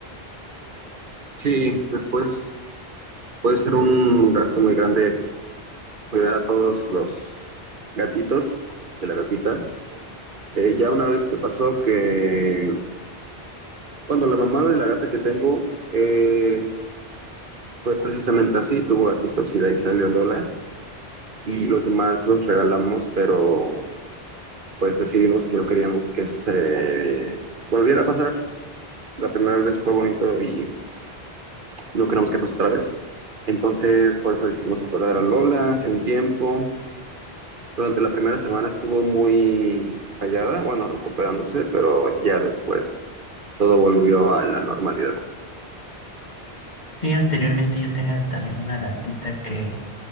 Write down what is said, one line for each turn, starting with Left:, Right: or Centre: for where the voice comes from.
Right: Sí, después puede ser un gasto muy grande cuidar a todos los gatitos de la gatita. Eh, ya una vez me pasó que, cuando la mamá de la gata que tengo eh, Fue precisamente así, tuvo gatitos y de ahí salió Lola y los demás los regalamos, pero pues decidimos que no queríamos que eso se volviera a pasar. La primera vez fue bonito y no queremos que pase otra vez. Entonces, por eso hicimos operar a Lola hace un tiempo. Durante la primera semana estuvo muy callada, bueno, recuperándose, pero ya después todo volvió a la normalidad.
Left: Sí, anteriormente yo tenía también una gatita que